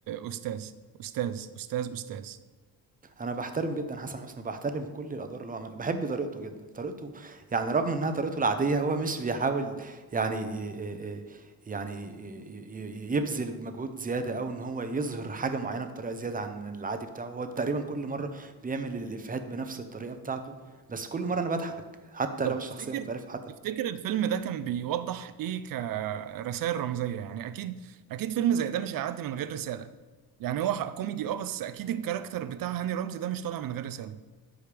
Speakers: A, on the right; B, on the right.
A: استاذ استاذ استاذ استاذ
B: أنا باحترم جدًا حسن حسني، وباحترم كل الأدوار اللي هو عملها، باحب طريقته جدًا، طريقته يعني رغم إنها طريقته العادية هو مش بيحاول يعني آآ، آآ، يعني ي ي يبذل مجهود زيادة أو إن هو يظهر حاجة معيّنة بطريقة زيادة عن العادي بتاعه، هو تقريبًا كل مرّة بيعمل الإفيهات بنفس الطريقة بتاعته، بس كل مرّة أنا باضحك، حتى
A: طب
B: لو الشخصية
A: تفتكر
B: مختلفة حتى
A: تفتكر الفيلم ده كان بيوضح ايه كرسائل رمزيه يعني اكيد اكيد فيلم زي ده مش هيعدي من غير رساله يعني هو حق كوميدي اه بس اكيد الكاركتر بتاع هاني رمزي ده مش طالع من غير رساله